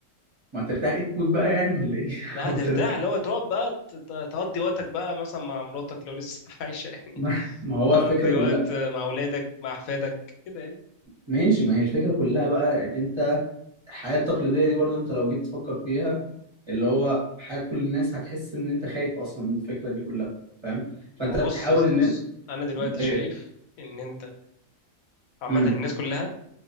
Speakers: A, on the right (about 30°); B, on the left (about 80°).
A: ما ترتاح إيه، تموت بقى يعني ولا ايه
B: لا
A: <laughs> أو
B: ترتاح
A: ترتاح-
B: اللي هو تقعد بقى ت- ت- تقضي وقتك بقى مثلا مع مراتك لو لسه <laughs> عايشه يعني
A: ما ما هو
B: تقضي
A: الفكره كلها
B: وقت مع اولادك مع احفادك كده يعني
A: ماشي ما هي الفكره كلها بقى ان انت الحياة التقليدية دي برضو انت لو جيت تفكر فيها اللي هو حياة كل الناس هتحس ان انت خايف اصلا من الفكرة دي كلها فاهم فانت
B: ما هو بص
A: بتحاول
B: يا اسطى
A: ان
B: بص انا دلوقتي
A: ايوه
B: شايف ان انت عامه
A: امم
B: الناس كلها